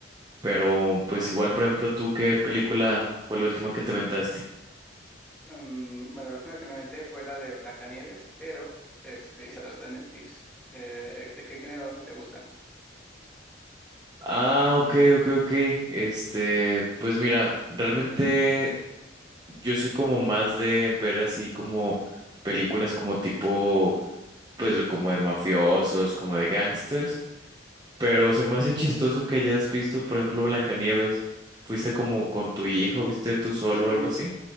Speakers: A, on the right; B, in the centre.
A: Pero, pues igual, por ejemplo, ¿tú qué película fue la última que te aventaste?
B: Mm, bueno, la última que me aventé fue la de Blancanieves, pero este, esa no está en Netflix. Eh, ¿de qué género te gustan?
A: Ah, ok, ok, ok. Este, pues mira, realmente. Yo soy como más de ver así como películas como tipo, pues como de mafiosos, como de gangsters, pero se me hace chistoso que hayas visto, por ejemplo, Blancanieves. ¿Fuiste como con tu hijo, viste tú solo
B: Sí,
A: o algo así?